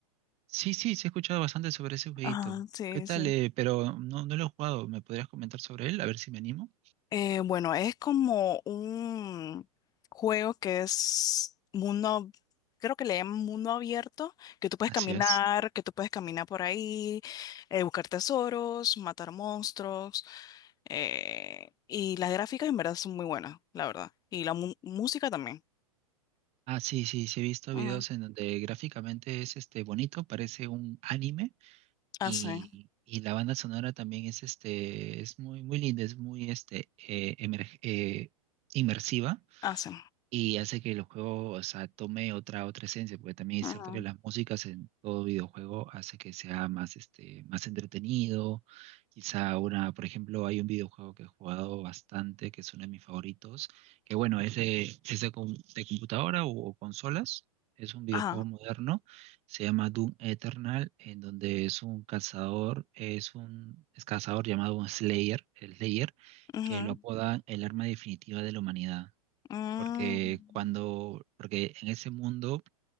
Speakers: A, on the right; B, on the left.
A: Sí, sí, sí he escuchado bastante sobre ese jueguito.
B: Ajá, sí,
A: ¿Qué tal?
B: sí.
A: eh? pero no, no lo he jugado. ¿Me podrías comentar sobre él? A ver si me animo.
B: Eh, bueno, es como un juego que es mundo, creo que le llaman mundo abierto, que tú puedes
A: Así
B: caminar,
A: es.
B: que tú puedes caminar por ahí, eh, buscar tesoros, matar monstruos, eh, y las gráficas en verdad son muy buenas, la verdad, y la mu- música también.
A: Ah, sí, sí, sí he visto
B: Ujú.
A: videos en donde gráficamente es este bonito, parece un anime y,
B: Hace,
A: y la banda sonora también es este es muy muy linda, es muy este eh, emer- eh, inmersiva
B: hace.
A: y hace que el juego, o sea, tome otra, otra esencia, porque también es
B: Ujú.
A: cierto que las músicas en todo videojuego hace que sea más, este, más entretenido. Quizá una, por ejemplo, hay un videojuego que he jugado bastante, que es uno de mis favoritos, que bueno, es de, es de, com- de computadora o, o consolas. Es un videojuego
B: Ajá.
A: moderno, se llama Doom Eternal, en donde es un cazador, es un es cazador llamado un Slayer, el Slayer,
B: ujú.
A: que lo apodan el arma definitiva de la humanidad
B: Mm,
A: porque cuando, porque en ese mundo